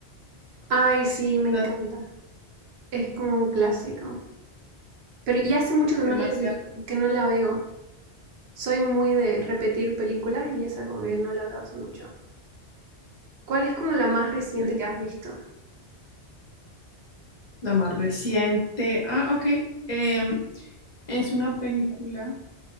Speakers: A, on the right (about 70°); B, on the left (about 45°).
A: Ay, sí,
B: <laughs>
A: me encanta.
B: la
A: Es como un clásico. Pero ya hace mucho que no
B: demasiado,
A: la vi- que no la veo. Soy muy de repetir películas y esa como que no la veo hace mucho. ¿Cuál es como la más reciente
B: perdón,
A: que has visto?
B: la más reciente. Ah, ok, em, es una película